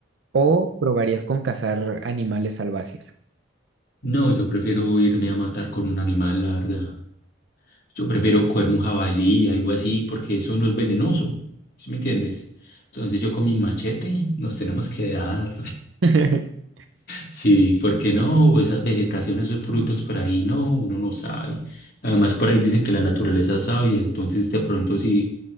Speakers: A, on the right; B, on the left.
A: ¿O probarías con cazar animales salvajes?
B: No, yo prefiero irme a matar con un animal, la verdad. Yo prefiero coger un jabalí, algo así, porque eso no es venenoso. ¿Sí me entiendes? Entonces yo con mi machete nos tenemos que dar.
A: <laughs>
B: Sí, porque no? Esas vegetaciones, esos frutos por ahí, no, uno no sabe. Además, por ahí dicen que la naturaleza es sabia, entonces de pronto si,